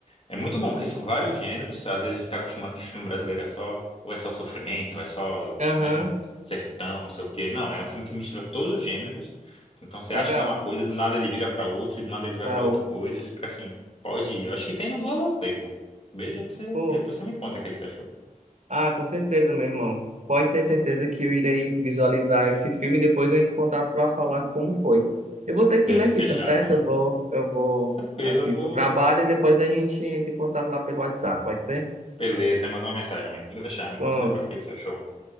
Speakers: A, on the left (about 45°); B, on the right (about 55°).
A: É muito bom, porque são vários gêneros. Às vezes a gente tá acostumado que filme brasileiro é só, ou é só sofrimento, ou é só,
B: Aham,
A: né, um sertão, não sei o quê. Não, é um filme que mistura todos os gêneros. Então você
B: legal.
A: acha que é uma coisa, do nada ele vira pra outra, e do nada ele vai
B: Da
A: pra outra
B: outro
A: coisa, e você fica assim, pode ir. Eu acho que tem no Globoplay, pô. Veja que você,
B: Pô,
A: depois você me conta o que que você achou.
B: ah, com certeza, meu irmão. Pode ter certeza que eu irei visualizar esse filme e depois eu entro em contato para falar como foi. Eu vou ter que
A: Ve-
B: ir aqui,
A: Fechado.
B: tá certo? Eu vou, eu vou
A: Tranquilo,
B: aqui
A: eu vou.
B: pro trabalho e depois a gente entra em contato lá pelo WhatsApp, pode ser?
A: Beleza, você mandou uma mensagem, amigo. Vou deixar, me
B: Pronto.
A: conta depois o que que você achou.